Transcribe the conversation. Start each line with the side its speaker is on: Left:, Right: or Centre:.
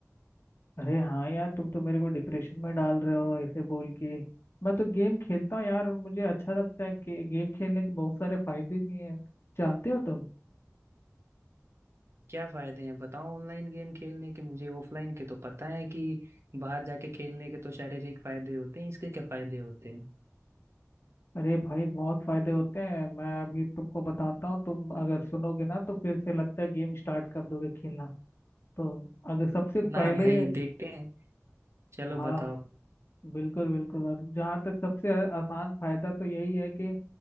Left: अरे हाँ यार तुम तो मेरे को डिप्रेशन में डाल रहे हो ऐसे बोल के मैं तो गेम खेलता हूँ यार मुझे अच्छा लगता है कि गेम खेलने के बहुत सारे फायदे भी हैं जानते हो तुम
Right: क्या फायदे हैं बताओ ऑनलाइन गेम खेलने के मुझे ऑफलाइन के तो पता है कि बाहर जाके खेलने के तो शारीरिक फायदे होते हैं इसके क्या फायदे होते हैं
Left: अरे भाई बहुत फायदे होते हैं मैं अभी तुमको बताता हूँ तुम अगर सुनोगे ना तो फिर से लगता है गेम स्टार्ट कर दोगे खेलना तो अगर सबसे
Right: ना
Left: पहले
Right: भाई देखते हैं चलो
Left: हाँ
Right: बताओ
Left: बिल्कुल बिल्कुल और जहाँ तक सबसे आ- आसान फायदा तो यही है कि